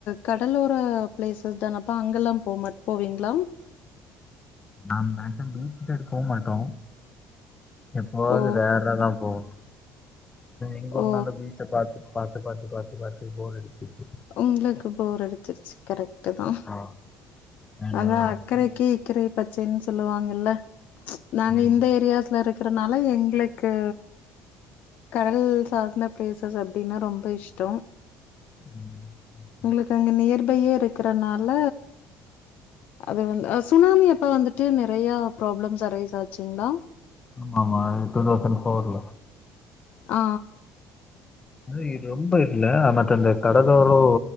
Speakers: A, on the left; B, on the left.
A: கடலோர ப்ளேஸஸ் தானப்பா அங்கல்லா போமா போவிங்ளா
B: நா மேக்ஸிமம் பீச்சு சைடு போ மாட்டோ எப்போவாது
A: ஓ
B: ரேராதா போவோ இங்க ஒரு
A: ஓ
B: நாள்ல பீச் பாத்து பாத்து பாத்து பாத்து பாத்து போரடிச்சிடுச்சி
A: உங்குளுக்கு போர் அடிச்சிர்ச்சி கரெக்ட் அதுதா
B: ஆ, நான்
A: அதா
B: வந்துட்டு,
A: அக்கறைக்கி இக்கறை பச்சைன்னு சொல்லுவாங்கல்ல ச்சு நாங்க
B: ம்,
A: இந்த ஏரியாஸ்ல இருக்கறனால எங்ளுக்கு கடல் சார்ந்த பிளேசஸ் அப்டின்னா ரொம்ப இஷ்ட்டோ
B: ம்
A: உங்குளுக்கு அங்க நியர்பையே இருக்றனால அது வந்து சுனாமி அப்ப வந்துட்டு நெறைய ப்ராப்ளம்ஸ் அரைஸ் ஆச்சுங்ளா
B: ஆமா ஆமா டூ தௌசண்ட் ஃபோர்ல
A: ஆ
B: ஆனா இது ரொம்ப இருக்குல்ல மற்ற இந்த கடலோரோ